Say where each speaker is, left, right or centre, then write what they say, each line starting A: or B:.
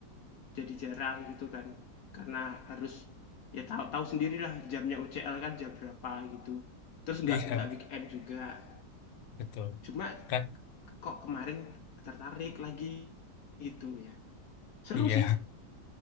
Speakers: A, on the left (about 70°); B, on the left (about 85°).
A: jadi jarang gitu kan. Karena harus ya tahu tahu sendirilah jamnya UCL kan jam berapa gitu. Terus nggak
B: Iya,
A: nggak weekend juga.
B: betul.
A: Cuma
B: Kan,
A: kok kemarin tertarik lagi gitu ya. Seru
B: iya.
A: sih.